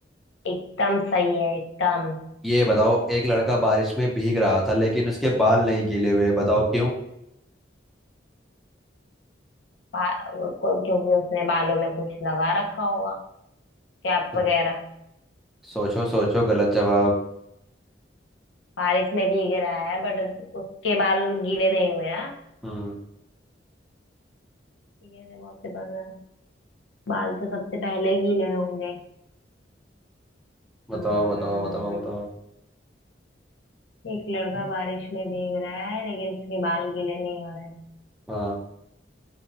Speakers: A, on the left; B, in the centre.
A: एकदम सही है एकदम
B: ये बताओ एक लड़का बारिश में भीग रहा था लेकिन उसके बाल नहीं गीले हुए बताओ क्यों
A: बा- वो- को- क्योंकि उसने बालों में कुछ लगा रखा होगा कैप
B: तो
A: वगैरह
B: सोचो सोचो गलत जवाब
A: बारिश में भीग रहा है बट उसके बाल गीले नहीं हुए हैं
B: हम्म
A: ठीक है ये बहुत से पता है। बाल तो सबसे पहले गीले होंगे
B: बताओ
A: हम्म
B: बताओ बताओ बताओ
A: एक लड़का बारिश में भीग रहा है लेकिन उसके बाल गीले नहीं हो रहे हैं
B: हाँ